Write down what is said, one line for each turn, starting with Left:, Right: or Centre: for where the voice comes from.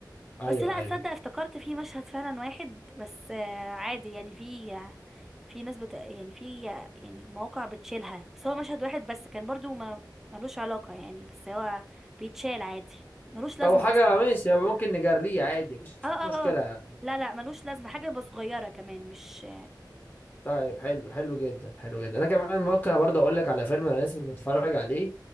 Left: ايوه
Centre: بس لا
Left: ايوه
Centre: تصدق افتكرت في مشهد فعلا واحد بس آه عادي يعني في في ناس بت يعني في يعني مواقع بتشيلها بس هو مشهد واحد بس كان برضو ما ملوش علاقه يعني بس هو بيتشال عادي ملوش
Left: طب
Centre: لازمه
Left: حاجه
Centre: اصلا
Left: ماشي يبقى ممكن نجريه عادي مفيش
Centre: اه اه
Left: مشكله
Centre: اه لا لا ملوش لازمة حاجة بس صغيرة كمان مش
Left: طيب حلو حلو جدا حلو جدا انا كمان ممكن برضه اقول لك على فيلم انا لسه متفرج عليه